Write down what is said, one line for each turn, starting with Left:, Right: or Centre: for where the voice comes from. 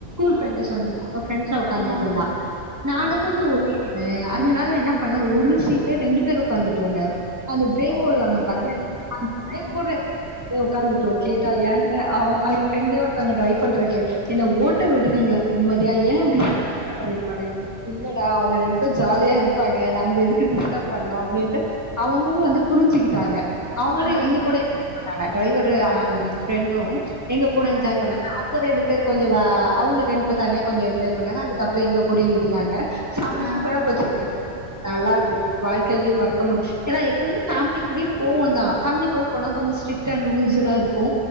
Left: ஆ
Right: <inaudible> ஃப்ரன்ட்ல உக்காந்துட்டு
Left: ஆமாமா
Right: இருந்தா நானு
Left: ஆ
Right: கொஞ்சோ ஒட்டினு னு அதனால என்ன பண்ணோ ஒரு சீட்லயே ரெண்டு பேர் உக்காந்துட்டோங்க அந்த பிரேக்
Left: ஓ
Right: போடுவாங்க
Left: ஓகே
Right: பாருங்க
Left: ஓகே
Right: அந்த
Left: ஆ
Right: பிரேக் போடுற இடத்துக் போய் உக்காந்துட்டோ கேட்டா ஏன் அவ அவ ஃப்ரெண்டே ஒருத்தவங்க ட்ரை பண்றதுக்கு என்ன ஓட்ட
Left: ஆ
Right: விட் றீங்களா நிம்மதியா ஏ இப்டி லேட்டா பண்றிங் அப்டின் இல்லடா அவங்க ரெண்டு பேரு ஜாலியா இருப்பாங்க நம்ம எதுக்கு டிஸ்டப் பண்ணு அப்டின்ட்டு அவங்களு வந்து புரிஞ்சிகிட்டாங்க அவங்களு
Left: ஆ
Right: எங்க கூடயே என்ஜாய் பண்ணாங்க டிரைவரு ஃப்ரெண்டு எங்க கூட
Left: ஆ
Right: என்ஜாய் பண்ணாங்க அவங்க ரெண்டு பேர் கொஞ்ச வா அவங்க ரெண்டு பேரு தனியா கொஞ்ச என்ஜாய் பண்ணாங்க அதுக்கப்புற எங்க கூடயு இருந்தாங்க செம
Left: ஆ
Right: சூப்பரா போச்சிங்க நல்லாருந்தது வாழ்க்கையிலயே மறக்க முடிஞ்ச ஏன்னா எப்பவுமே ஃபேமிலி கூடயு போவந்தா ஃபேமிலி கூட போனா கொஞ்ச ஸ்ரிக்ட் அண்ட் ரூல்ஸ் எல்லா இருக்கு